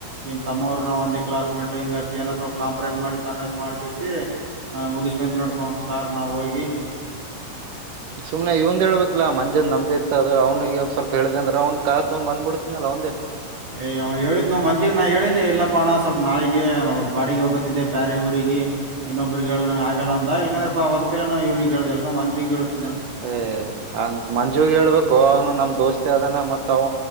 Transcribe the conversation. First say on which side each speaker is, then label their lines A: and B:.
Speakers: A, on the right; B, on the right.
A: ನಿಮ್ ತಮ್ಮವ್ರರು ನ ಒಂದ ಕ್ಲಸ್ ಮೇಟ್ ಹಿಂಗ ಅತ್ತ ಏ ಸ್ವಲ್ಪ ಕಂಪ್ರಮೈಸ್ ಮಾಡ ಕನ್ನ್ಸ್ ಮಾಡ ಕಸಿ ಮುಗಿಸ್ ಬಂದ ನೋಡ್ಪಾ ಒಂದ್ ಕಾರ್ ನಾವು ಹೋಗಿ
B: <unintelligible> ಸುಮನೆ ಇವಂದ ಹೇಳ್ಬೇಕಿಲ್ಲ ಮಂಜ್ ನಮ್ದ ಇತ್ ಅ ಅವ್ನಿಗೆ ಒಂದ್ ಸ್ವಲ್ಪ ಹೇಳ್ದ ಅಂದ್ರ ಅವನು ಕಾರ್ ತಕೊಂಡು ಬಂದ್ ಬಿಡ್ತನಾ ಅವಂದೇ
A: ಏಯ್ ಅವ್ ಹೇಳಿದ್ನು ಮಂಜಿಗ್ ನಾ ಹೇಳೇನಿ ಇಲ್ಲಪ್ಪಣ ಸ್ವಲ್ಪ ನಾಳಿಗೆ ಬಾಡಿಗೆ ಹೋಗೋದಿದ್ದೆ ಬೇರೆ ಊರಿಗೆ ಇನ್ನೊಬ್ಬರು ಹೇಳಿ ಆಗಲ್ಲ ಅಂದ ಇಕಂದ್ರಪ್ಪ ಅದಕ ಇವನಿಗೆ ಹೇಳ್ದ ಮಂಜಿಗೇ ಹೇಳಿದೆ
B: ಹ ಹಂಗ ಮಂಜುಗೆ ಹೇಳ್ಬೇಕು ಅವನು ನಮ್ ದೋಸ್ತಿ ಅದನ ಮತ್ ಅವ